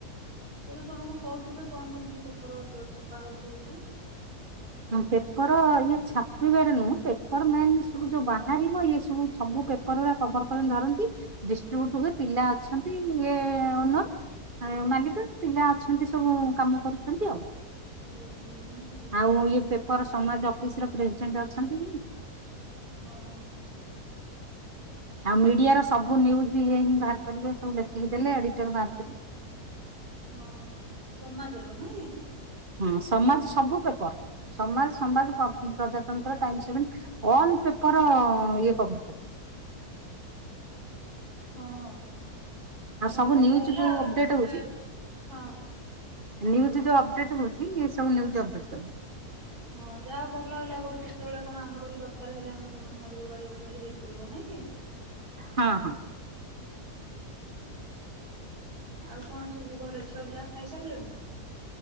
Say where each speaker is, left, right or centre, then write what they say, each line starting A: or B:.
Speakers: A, on the right (about 75°); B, on the right (about 35°).
A: ସେ ତ ତମକୁ କହୁଥିବେ କଣ କେମିତି ପେପର ଛପା ହଉଛି ସେଠି।
B: ହଁ ପେପର ଇଏ ଛାପିବାରେ ନୁହଁ ପେପର ମେନ୍ ସବୁ ଯୋଉ ବାହାରିବ ଇଏ ସବୁ ପେପର ରା କଭର୍ କରି ଧରନ୍ତି ଦିଷ୍ଟିବିୟୁଟ ହୁଏ ପିଲା ଅଛନ୍ତି ଇଏ ଓନର ମାଲିକ ପିଲା ଅଛନ୍ତି ସବୁ କାମ କରୁଛନ୍ତି ଆଉ।
A: ଓହୋ <unintelligible>
B: ଆଉ ଇଏ ପେପର ସମାଜ ଅଫିସ ର ପ୍ରେସିଡେଣ୍ଟ ଅଛନ୍ତି
A: ଓ ହୋ।
B: ଆଉ ମିଡିଆର ସବୁ ନ୍ୟୁଜ ଇଏ ହିଁ ବାହାର କରିବେ ସବୁ ଦେଖିକି ଦେଲେ ଏଡିଟର ବାହାର କରିବ
A: ହଁ ସମାଜର ନାଇ।
B: ହଁ ସମାଜ ସବୁ ପେପର ସମାଜ ସମାଜ ପ୍ରଜାତନ୍ତ୍ର <unintelligible> ଅଲ ପେପର ଇଏ କଭର <unintelligible>
A: ହଁ ହଁ।
B: ଆଉ
A: ହଉ
B: ସବୁ
A: ଭଲ
B: ନ୍ୟୁଜ
A: ହେଲା
B: ଯୋଉ
A: ଆଉ
B: ଅପଡେଟ
A: ଏଇଟା ଗୋଟେ
B: ହଉଛି
A: ହଁ
B: ନ୍ୟୁଜ୍ ଯଉଁ
A: ବ-
B: ଅପଡେଟ୍ ହଉଛି ଇଏ ସବୁୁ ନିୟୁଜ
A: ହଁ
B: ଅପଡେଟ <unintelligible>
A: ହଁ ଯାହା ଭଲ ହେଲା ଗୋଟେ କେତେବେଳେ କଣ ଆମର ବି ଦରକାର ହେଲେ ଆମେ ତମ ଶରୀର ଯୋଗାଯୋଗ କଲେ ହେଇପାରିବ ନାଇଁ କି?
B: ହଁ ହଁ।
A: ଆଉ କଣ ସବୁ ଘର ଛୁଆ ପିଲା ଖାଇ ସାରିଲେଣି?